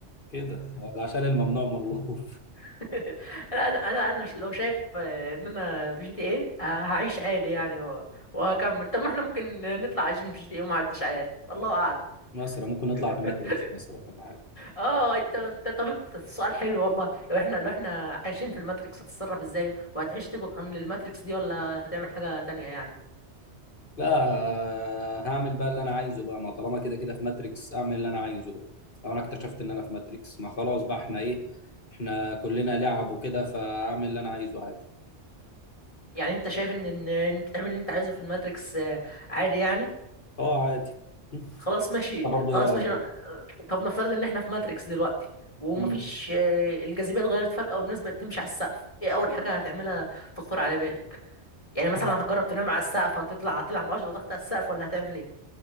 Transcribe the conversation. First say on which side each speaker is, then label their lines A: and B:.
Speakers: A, on the left; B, on the left.
A: كده عشان الممنوع مرغوب
B: <laughs> انا انا انا لو شايف آه، ان انا في جي تي ايه آه، هعيش عادي يعني و- وهكمل طب ما احنا ممكن نطلع عايشين في جي تي ايه ومحدش عارف الله اعلم
A: <laughs> مثلا ممكن نطلع
B: <laughs>
A: في ماتريكس مثلا ولا حاجه
B: اه انت انت طب أنت السؤال حلو والله لو احنا لو احنا عايشين في الماتريكس هتتصرف ازاي وهتعيش طبقا للماتريكس دي ولا هتعمل حاجة تانية يعني
A: لا هعمل بقى اللي انا عايزه بقى ما طالما كده كده في ماتريكس اعمل اللي انا عايزه بقى لو انا اكتشفت ان انا في ماتريكس ما خلاص بقى احنا ايه احنا كلنا لعب وكده فاعمل اللي انا عايزه عادي
B: يعني انت شايف ان ان إن انت تعمل اللي انت عايزه في الماتريكس آه، عادي يعني
A: اه عادي م.
B: خلاص ماشي
A: انت برضه
B: خلاص
A: ايه رايك
B: ماشي آه،
A: برضه
B: طب نفترض ان احنا في ماتريكس دلوقتي ومفيش
A: مم.
B: آه، الجاذبيه اتغيرت فجاه والناس بقت تمشي على السقف ايه اول حاجه هتعملها تخطر على بالك يعني مثلا
A: أح-
B: هتجرب تنام على السقف هتطلع هتلعب 10 ضغط على السقف ولا هتعمل ايه